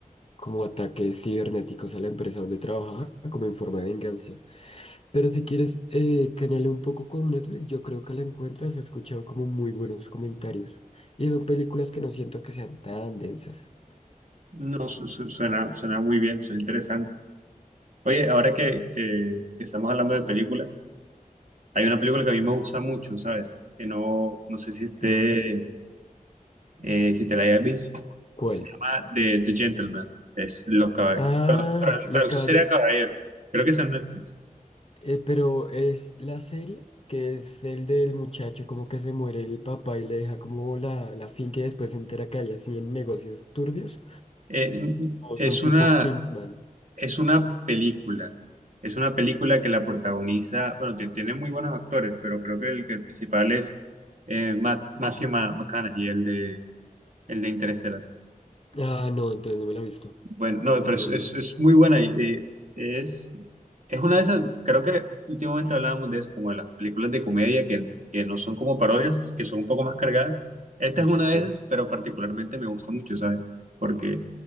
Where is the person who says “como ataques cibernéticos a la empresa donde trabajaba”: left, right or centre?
Left